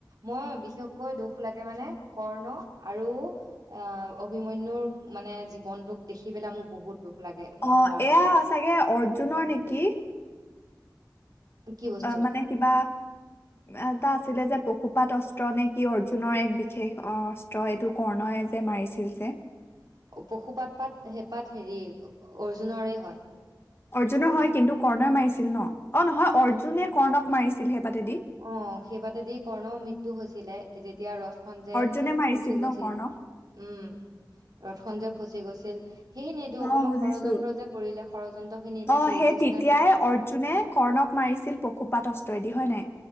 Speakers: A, on the right; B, on the left.
A: মই বিশেষকৈ দুখ লাগে মানে কৰ্ণ আৰু আহ অভিময়নুৰ মানে জীৱন টোক দেখি পেলাই মো বহুত মহাভাৰতত
B: অ এয়া চাগে অৰ্জুনৰ নেকি
A: কি বস্তু
B: মানে কিবা এটা আছিলে যে পশুপাত অস্ত্ৰ নে কি অৰ্জুনৰ এক বিশেষ অস্ত্ৰ এইটো কৰ্ণয় যে মাৰিছিল যে
A: পশুপাত পাত সেইপাত হেৰি অৰ্জুনৰে হয়
B: অৰ্জুনৰ হয় কিন্তু কৰ্ণই মাৰিছিল ন অ নহয় অৰ্জুনে কৰ্ণক মাৰিছিল পাতেদি
A: অ', সেইবাদি কৰ্ণ মৃত্যু হৈছিলে। যেতিয়া ৰথ খন যে
B: অৰ্জুনে মাৰিছিল
A: ফচি গৈছিল!
B: ন কৰ্ণক
A: উম, ৰথখন যে ফচি গৈছিল। সেইখিনিয়েতো অকমান
B: অ' বুজিছো।
A: ষড়যন্ত্ৰ যে কৰিলে ষড়যন্ত্ৰ খিনি এতিয়া
B: অ'
A: শ্ৰীকৃষ্ণই
B: সেই তেতিয়াই
A: শিকালে
B: অৰ্জুনে কৰ্ণক মাৰিছিল পশুপাত অস্ত্ৰৰেদি হয় নাই?